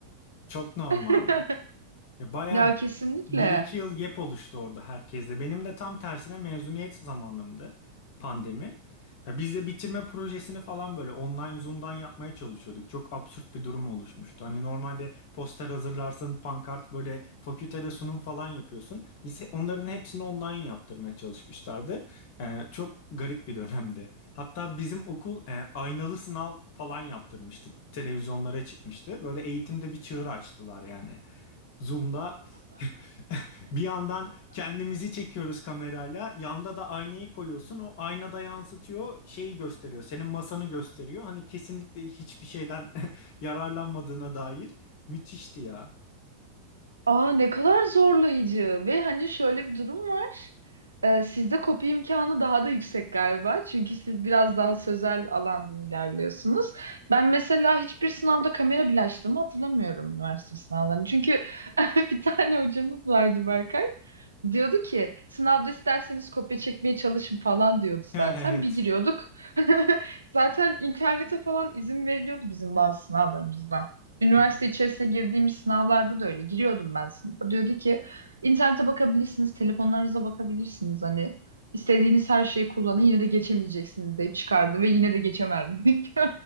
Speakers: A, on the left; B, on the right.
A: Çok normal
B: <laughs>
A: ya. Ya bayağı
B: Ya kesinlikle.
A: 1-2 yıl gap oluştu orada herkeste. Benim de tam tersine mezuniyet zamanımdı pandemi. Ya biz de bitirme projesini falan böyle online Zoom'dan yapmaya çalışıyorduk. Çok absürt bir durum oluşmuştu. Hani normalde poster hazırlarsın, pankart böyle fakültede sunum falan yapıyorsun. Biz he- onların hepsini online yaptırmaya çalışmışlardı. Ee, çok garip bir dönemdi. Hatta bizim okul e, aynalı sınav falan yaptırmıştı. Televizyonlara çıkmıştı. Böyle eğitimde bir çığır açtılar yani. Zoom'da <laughs> bir yandan kendimizi çekiyoruz kamerayla. Yanda da aynayı koyuyorsun. O aynada yansıtıyor, şeyi gösteriyor. Senin masanı gösteriyor. Hani kesinlikle hiçbir şeyden <laughs> yararlanmadığına dair. Müthişti ya. <laughs>
B: Aa ne kadar zorlayıcı ve hani şöyle bir durum var. Ee, sizde kopya imkanı daha da yüksek galiba. Çünkü siz biraz daha sözel alandan ilerliyorsunuz. Ben mesela hiçbir sınavda kamera bile açtığımı hatırlamıyorum üniversite sınavlarını. Çünkü <laughs> bir tane hocamız vardı Berkay. Diyordu ki sınavda isterseniz kopya çekmeye çalışın falan diyordu
A: Ha,
B: zaten.
A: evet.
B: Bir giriyorduk. <laughs> Zaten internete falan izin veriliyordu bizim bazı sınavlarımızda. Üniversite
A: <laughs>
B: içerisine girdiğimiz sınavlarda da öyle. Giriyordum ben sınıfa. Diyordu ki internete bakabilirsiniz, telefonlarınıza bakabilirsiniz. Hani istediğiniz her şeyi kullanın yine de geçemeyeceksiniz deyip çıkardı ve yine de geçemezdik.